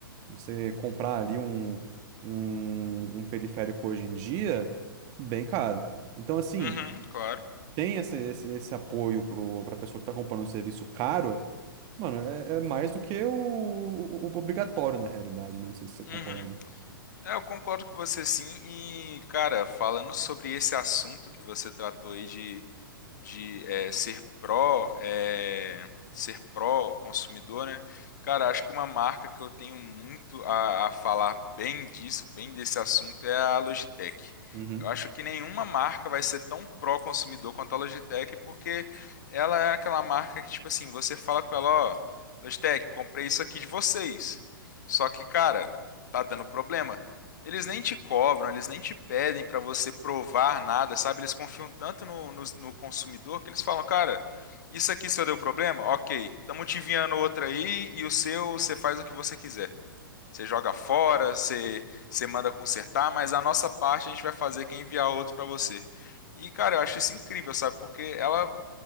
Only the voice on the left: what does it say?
uhum, claro.
Uhum. É, eu concordo com você sim. E, cara, falando sobre esse assunto que você tratou aí de de é, ser pró, é, ser pró consumidor, né? Cara, acho que uma marca que eu tenho muito a, a falar bem disso, bem desse assunto, é a Logitech.
Eu acho que nenhuma marca vai ser tão pró consumidor quanto a Logitech, porque ela é aquela marca que, tipo assim, você fala com ela, ó, Logitech, comprei isso aqui de vocês. Só que, cara, tá dando problema. Eles nem te cobram, eles nem te pedem para você provar nada, sabe? Eles confiam tanto no, no, no consumidor que eles falam, cara, isso aqui se eu deu problema, ok, estamos te enviando outra aí e o seu você faz o que você quiser. Você joga fora, você, você manda consertar, mas a nossa parte a gente vai fazer que é enviar outro para você. E, cara, eu acho isso incrível, sabe? Porque ela